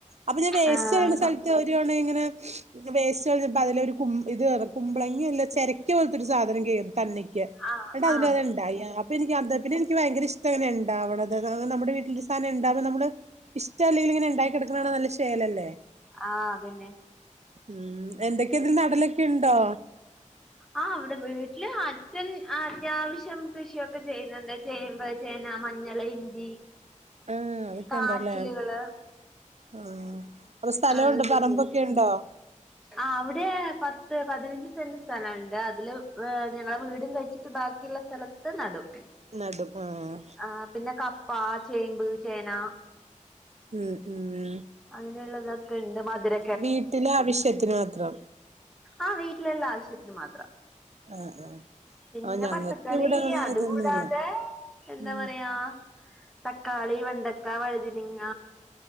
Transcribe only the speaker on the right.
അപ്പൊ ഞാൻ വേസ്റ്റ്
എറിയുന്ന സ്ഥലത്ത് ഒരു തവണ ഇങ്ങനെ വേസ്റ്റ് കഞ്ഞപ്പോ അതില ഒരു കും ഇത് കുമ്പളങ്ങിയല്ല ചരക്ക പോലത്തെ ഒരു സാധനം കയറി തന്നയ് ക്യാ ന്ന്ട്ട്
അതിലത്
ണ്ടായി അപ്പ എനിക്ക് അത് പിന്നെ എക്ക് ഭയങ്കര ഇഷ്ടയിണ്ടാവണത് നമ്മുടെ വീട്ടില ഒരു സാധനം ഉണ്ടാവുമ്പോ നമ്മള് ഇഷ്ട അല്ലെങ്കിലും ഇങ്ങനെ ഉണ്ടായി ക്കിടക്ക്ണ കാണാൻ നല്ല ചേലല്ലേ
ഉം എന്തൊക്കെ ഇതിൽ നടലൊക്കെ ഉണ്ടോ
ഉം അതക്കെണ്ടല്ലേ
ആഹ് അപ്പൊ സ്ഥലമുണ്ട്
പറമ്പൊക്കെ
<inaudible>
നടും ആഹ്
ആഹ് ആഹ്
വീട്ടിലെ ആവശ്യത്തിന് മാത്രം
ആഹ് ആഹ്
ആഹ് ഞങ്ങൾക്ക്
ഇവിടെ അങ്ങനെ
ഇതൊന്നുല്ല
ഉം